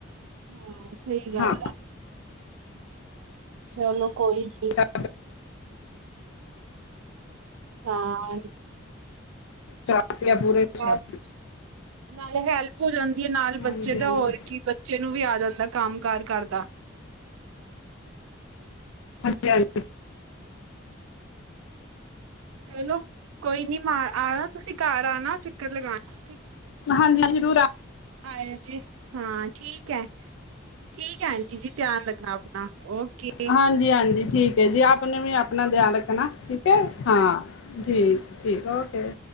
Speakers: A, on the right; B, on the left.
A: ਹਾਂ ਸਹੀ ਗੱਲ
B: ਹਾਂ
A: ਆ, ਚਲੋ ਕੋਈ ਨੀ।
B: <unintelligible>
A: ਹਾਂ
B: ਕਰ ਤੀ, ਆ ਪੂਰੀ ਇੱਛਾ।
A: ਬਸ ਨਾਲੇ ਹੈਲਪ ਹੋ ਜਾਂਦੀ ਐ ਨਾਲ ਬੱਚੇ
B: ਹਾਂਜੀ
A: ਦਾ
B: ਹਾਂਜੀ ਹਾਂਜੀ
A: ਹੋਰ ਕੀ ਬੱਚੇ ਨੂੰ ਵੀ ਆ ਜਾਂਦਾ ਕੰਮ ਕਾਰ ਘਰ ਦਾ।
B: ਹਾਂਜੀ- ਹਾਂਜੀ।
A: ਚਲੋ ਕੋਈ ਨੀ ਮ ਆਣਾ ਤੁਸੀਂ ਘਰ ਆਣਾ, ਚੱਕਰ ਲਗਾਣਾ, ਠੀਕ
B: ਹਾਂਜੀ ਹਾਂਜੀ, ਜ਼ਰੂਰ ਆ-
A: ਆਏਆ, ਜੇ ਹਾਂ ਠੀਕ ਐ। ਠੀਕ ਆ ਆਂਟੀ ਜੀ ਧਿਆਨ ਰੱਖਣਾ ਆਪਣਾ ਓਕੇ।
B: ਹਾਂਜੀ -ਹਾਂਜੀ ਠੀਕ ਏ ਜੀ, ਆਪ ਨੇ ਵੀ ਆਪਣਾ ਧਿਆਨ ਰੱਖਣਾ ਠੀਕ ਏ, ਹਾਂ। ਠੀਕ- ਠੀਕ ਓਕੇ।